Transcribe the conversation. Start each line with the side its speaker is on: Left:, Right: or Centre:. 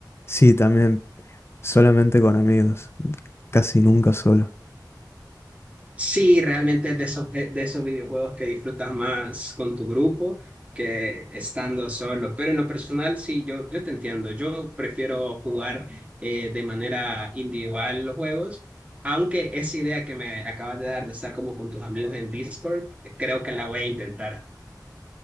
Left: Sí, también solamente con amigos. casi nunca solo.
Right: Sí, realmente es de esos, de, de esos videojuegos que disfrutas más con tu grupo que estando solo. Pero en lo personal, sí, yo, yo te entiendo. Yo prefiero jugar eh, de manera individual los juegos, aunque esa idea que me acabas de dar de estar como con tus amigos en Discord, creo que la voy a intentar.